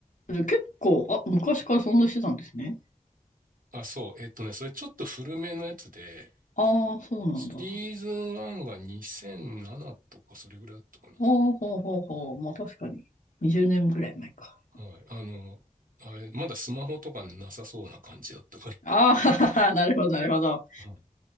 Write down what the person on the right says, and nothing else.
あ、そう。えっとね、それちょっと古めのやつで、
シーズン1が2007とかそれぐらいだったかな。
はい。あの、あれ、まだスマホとかなさそうな感じだったから。
はい